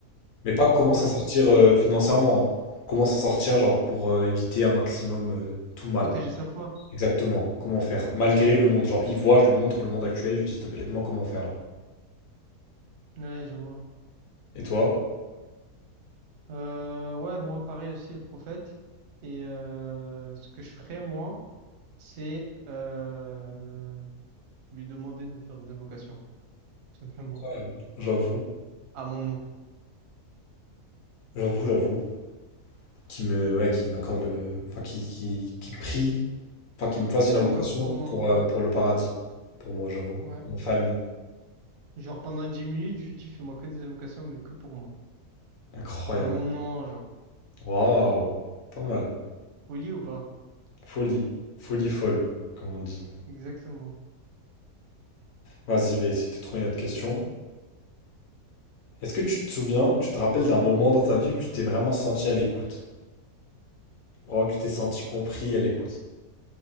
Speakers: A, on the left; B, on the right.
A: Mais pas comment
B: Ouais,
A: s'en sortir
B: je comprends.
A: euh, financièrement. hein. Comment s'en sortir, genre, pour euh, éviter un maximum euh, tout mal.
B: Protéger sa foi.
A: Exactement. Comment faire? Malgré le monde. Genre, il voit, je lui montre le monde actuel, je lui dis, s'il te plaît, aide-moi comment faire là.
B: Ouais, je vois.
A: Et toi?
B: Euh, ouais, moi, pareil aussi, le prophète. Et euh, ce que je ferais, moi, c'est euh, lui demander de me faire des invocations, tout simplement,
A: Incroyable. J'avoue,
B: à mon nom.
A: j'avoue, j'avoue. Qui me, ouais, qui m'accorde le. Enfin, qui, qui, qui prie, enfin, qui me fasse une
B: Il
A: invocation
B: invoque pour moi.
A: pour, euh, pour le paradis. Pour moi, j'avoue.
B: Ouais.
A: Ma famille.
B: Genre pendant 10 minutes, je lui dis, fais-moi que des invocations, mais que pour moi.
A: Incroyable.
B: À mon nom, genre.
A: Waouh. Pas mal.
B: Poli ou pas?
A: Folie. Folie folle, comme on dit.
B: Exactement.
A: Vas-y, je vais essayer de trouver une autre question. Est-ce que tu te souviens, tu te rappelles d'un moment dans ta vie où tu t'es vraiment senti à l'écoute? Vraiment que tu t'es senti compris et à l'écoute.